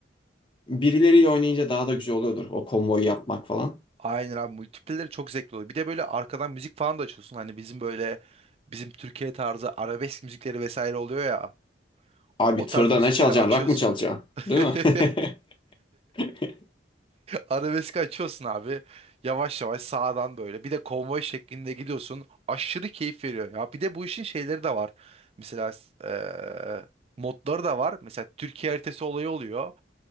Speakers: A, on the left; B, on the right.
A: birileriyle oynayınca daha da güzel oluyordur o konvoyu yapmak falan.
B: Aynen abi multipleleri çok zevkli oluyor. Bir de böyle arkadan müzik falan da açıyorsun. Hani bizim böyle bizim Türkiye tarzı arabesk müzikleri vesaire oluyor ya.
A: Abi
B: O
A: tırda
B: tarz müzikleri
A: ne çalacaksın?
B: açıyorsun.
A: Rock mı çalacaksın?
B: <laughs>
A: Değil mi? <laughs>
B: Arabesk açıyorsun abi. Yavaş yavaş sağdan böyle. Bir de konvoy şeklinde gidiyorsun. Aşırı keyif veriyor ya. Bir de bu işin şeyleri de var. Mesela eee modları da var. Mesela Türkiye haritası olayı oluyor.